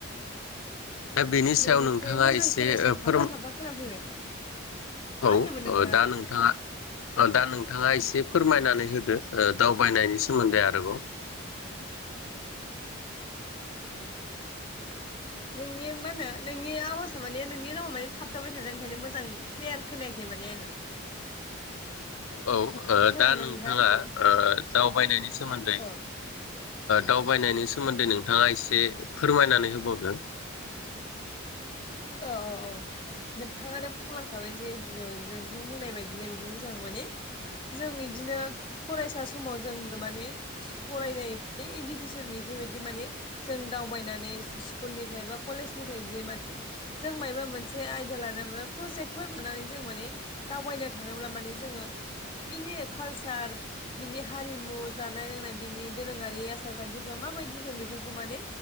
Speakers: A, on the left; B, on the left.
A: दा बेनि
B: नोंनिखौहाय
A: सायाव नोंथाङा
B: मोजां
A: एसे
B: खोनायासै आं
A: फोर
B: थाबथा थाबथा खोनाफैबाय मा
A: औ
B: होनदोंमोन नोंथाङा
A: दा नोंथाङा दा नों थाङा एसे फोरमायनानै होदो ओ दावबायनायनि सोमोन्दै आरोबाव
B: <inaudible> नोंनि मा होनो नोंनि आवाजा माने नोंनि रावा माने थाबथाबाय थादों ओंखायनो मोजां क्लियार खोनायाखै माने आङो
A: औ औ
B: खोनादों
A: दा
B: ना
A: नोंथाङा
B: आंखौ
A: ओ दावबायनायनि सोमोन्दै
B: औ
A: दावबायनायनि सोमोन्दै नोंथाङा एसे फोरमायनानै होबावगोन
B: <inaudible> औ अ अ नोंथाङानो बुंलांखाबाय जेहतु जोंथां बुंनाय बायदिनो बिदिनो <inaudible> जों इदिनो फरायसा समाव जों माने फरायनाय इडुकेसननिफोर बेफोरबायदि माने जों दावबायनानै स्कुलनिफ्राय बा कलेजनिफ्राय बि माने जों मायबा मोनसे आयदा लानाय बा प्रजेक्टफोर लानानै जों माने दावबायनो थाङोब्ला माने जोङो बिनि कालसार बिनि हारिमु जानाय लोंनाय बिनि दोरोङारि आसार खान्थिफ्रा माबायदि दं बेफोरखौ माने